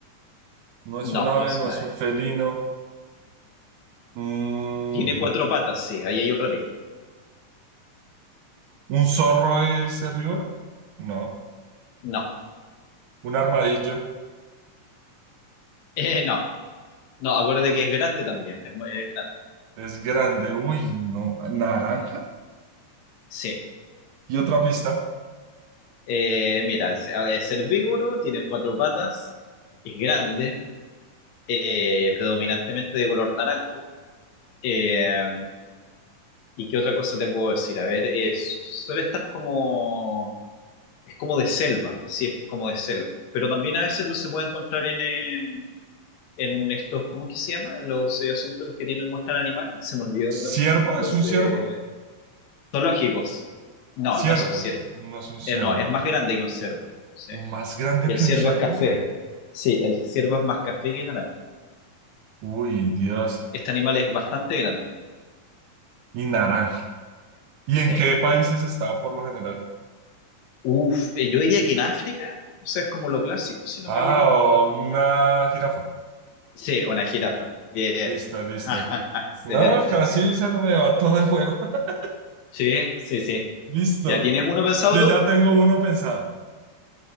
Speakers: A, on the right; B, on the left.
A: No es
B: No,
A: un ave,
B: no es
A: no
B: una
A: es
B: ave.
A: un felino. Mm,
B: Tiene cuatro patas, sí, ahí hay otra pista.
A: ¿un zorro es herbívoro? No.
B: No,
A: ¿Un armadillo
B: <laughs> Eh, no, no, acuérdate que es grande también, es, mu- es grande.
A: es grande? Uy, no. ¿Naranja?
B: Sí,
A: Y otra pista.
B: Eh, mira, es, a ver, es herbívoro, tiene cuatro patas, es grande, eh, predominantemente de color naranjo. Eh, ¿Y qué otra cosa te puedo decir? A ver, es, suele estar como, es como de selva, sí, es como de selva. Pero también a veces lo se puede encontrar en, eh, en estos, ¿cómo es que se llama? Los eh, asuntos que tienen, muestran animales, se me olvidó el nombre.
A: ¿Ciervo?
B: Los
A: ¿Es un ciervo?
B: eh, zoológicos. No,
A: Ciervos.
B: no es un ciervo.
A: No es un ciervo.
B: Eh, no, es más grande que un ciervo, sí.
A: ¿Un ¿Más grande
B: Y
A: que
B: el ciervo
A: un ciervo?
B: es café. Sí, el ciervo es más café que naranja.
A: Uy, Dios.
B: Este animal es bastante grande,
A: Y naranja. ¿Y
B: sí.
A: en qué países está por lo general?
B: Uf, eh, yo diría que en África, o sea, es como lo clásico, si no
A: Ah,
B: me equivoco.
A: o una jirafa.
B: Sí, una jirafa. Bien.
A: Lista, lista.
B: <laughs> Excelente.
A: No, así se no me va todo el juego. <laughs>
B: Sí, sí, sí.
A: Listo.
B: ¿Ya tienes uno pensado
A: Yo
B: tú?
A: ya tengo uno pensado.